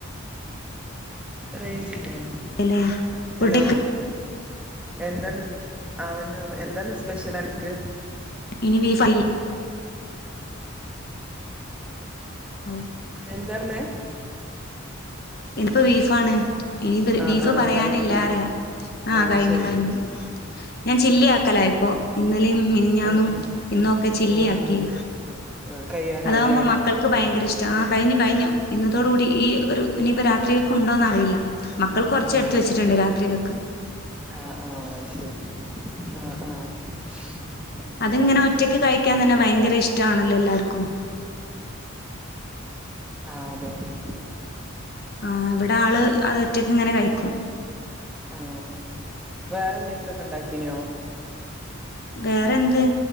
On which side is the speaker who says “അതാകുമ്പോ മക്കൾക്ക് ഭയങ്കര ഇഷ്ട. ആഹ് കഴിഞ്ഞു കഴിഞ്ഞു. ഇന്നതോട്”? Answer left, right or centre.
Left